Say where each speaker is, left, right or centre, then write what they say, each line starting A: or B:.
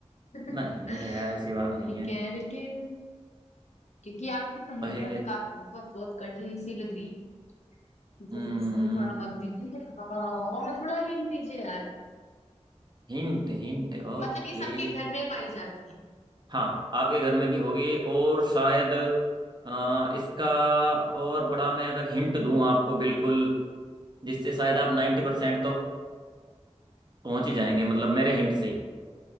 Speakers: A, on the left (about 70°); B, on the right (about 40°).
A: <laughs>
B: नहीं है यार ऐसी बात
A: ठीक
B: नहीं है
A: है लेकिन क्योंकि आपकी पहेलियां
B: पहेलियाँ
A: तो काफी बहुत बहुत कठिन सी लग रही मुझे
B: हम्म
A: समस्या में थोड़ा वक्त दीजिए अ, और थोड़ा हिंट दीजिए यार
B: Hint hint okay
A: मतलब ये सबके घर में पाई जाती है
B: हाँ आपके घर में भी होगी और शायद अ, इसका और बड़ा मैं अगर हिंट दूं आपको बिल्कुल जिससे शायद आप नाइन्टी परसेंट तो पहुंच ही जाएंगे मतलब मेरे हिंट से ही